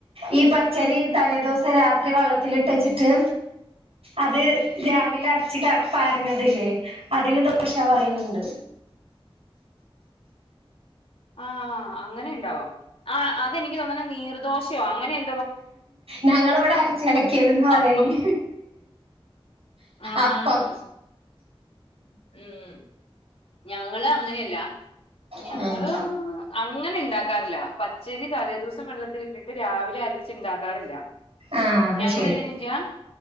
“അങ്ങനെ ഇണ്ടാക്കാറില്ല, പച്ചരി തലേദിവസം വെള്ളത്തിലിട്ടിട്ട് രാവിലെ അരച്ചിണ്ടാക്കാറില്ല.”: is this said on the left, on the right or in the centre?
Left